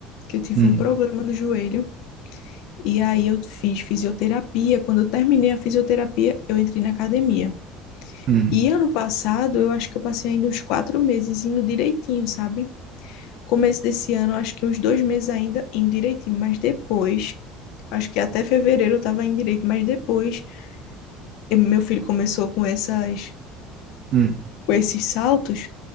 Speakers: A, on the left; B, on the right.
A: que eu tive
B: Hum,
A: um problema no joelho. E aí eu fiz fisioterapia. Quando eu terminei a fisioterapia, eu entrei na academia.
B: hum,
A: E ano passado, eu acho que eu passei ainda uns quatro meses indo direitinho, sabe? Começo desse ano, acho que uns dois meses ainda indo direitinho. Mas depois, acho que até fevereiro eu tava indo direito. Mas depois, eu- meu filho começou com essas,
B: hum.
A: com esses saltos.